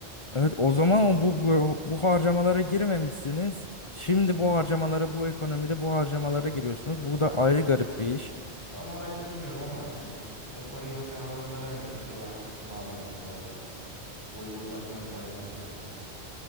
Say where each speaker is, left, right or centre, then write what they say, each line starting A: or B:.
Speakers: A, on the left; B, on the left.
A: Evet o zaman o bu, bu bu harcamalara girmemişsiniz. Şimdi bu harcamalara bu ekonomide bu harcamalara giriyorsunuz.
B: İşte
A: Bu
B: ta-
A: da ayrı garip bir iş.
B: tam olarak bilmiyorum ama yani o parayı mesela anlamda vermeyip acaba kime aldılar o paraları? O yıl bir bakmak lazım bunlara.